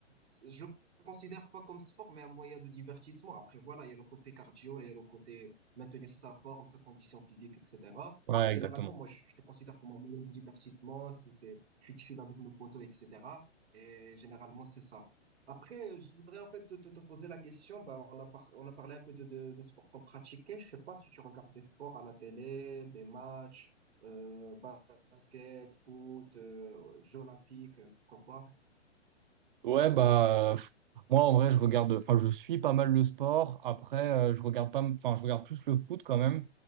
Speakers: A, on the right; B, on the right.
A: c'est- je le considère pas comme sport, mais un moyen de divertissement. Après, voilà, il y a le côté cardio, il y a le côté maintenir sa forme, sa condition physique, etc.
B: Ouais,
A: Mais généralement,
B: exactement.
A: moi, je, je le considère comme un moyen de divertissement. C'est, c'est, je suis chill avec mes potos, etc. Et généralement, c'est ça. Après, je voudrais en fait te, te- te poser la question. Bah, on a par- on a parlé un peu de, de, de sport qu'on pratiquait. Je sais pas si tu regardes des sports à la télé, des matchs, euh, basket, foot, euh, Jeux olympiques, euh, pourquoi
B: Ouais, bah euh, moi en vrai je regarde, enfin je suis pas mal le sport. Après euh, je regarde pas, m- enfin je regarde plus le foot quand même